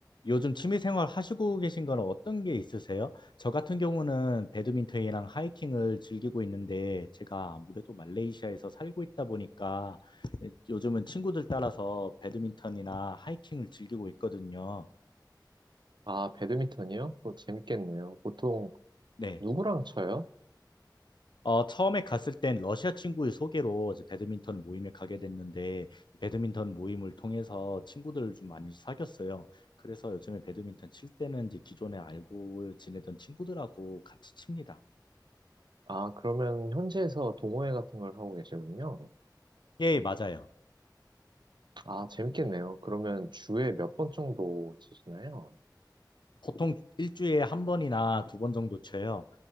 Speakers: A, on the left; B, on the right.
A: 요즘 취미생활 하시고 계신 건 어떤 게 있으세요? 저 같은 경우는 배드민턴이랑 하이킹을 즐기고 있는데 제가 아무래도 말레이시아에서 살고 있다 보니까 예, 요즘은 친구들 따라서 배드민턴이나 하이킹을 즐기고 있거든요.
B: 아, 배드민턴이요? 뭐 재밌겠네요. 보통
A: 네.
B: 누구랑 쳐요?
A: 어, 처음에 갔을 땐 러시아 친구의 소개로 이제 배드민턴 모임에 가게 됐는데 배드민턴 모임을 통해서 친구들을 좀 많이 사귀었어요. 그래서 요즘에 배드민턴 칠 때는 이제 기존에 알고 지내던 친구들하고 같이 칩니다.
B: 아, 그러면 현지에서 동호회 같은 걸 하고 계시군요.
A: 예, 맞아요.
B: 아, 재밌겠네요. 그러면 주에 몇 번 정도 치시나요?
A: 보통 일주일에 한 번이나 두 번 정도 쳐요.